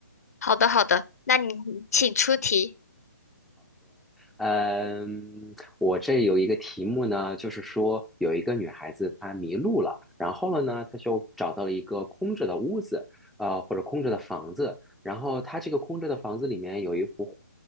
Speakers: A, on the left; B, in the centre.
A: 好的，好的，那你请出题。
B: 嗯，我这有一个题目呢，就是说有一个女孩子她迷路了，然后了呢，她就找到了一个空着的屋子，呃，或者空着的房子，然后她这个空着的房子里面有一幅。